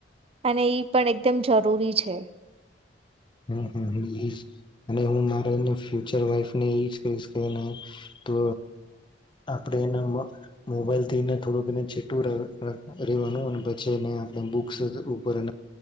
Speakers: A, on the right; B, on the left.
A: અને એઈ પણ એકદમ જરૂરી છે.
B: હમ હમ અને હું મારેને ફ્યુચર વાઈફને એ કહીશ કે તો આપણે એને મોબાઈલ થીને થોડુંક એને ચટું રેવાનું પેને બુક્સ ઉપર એ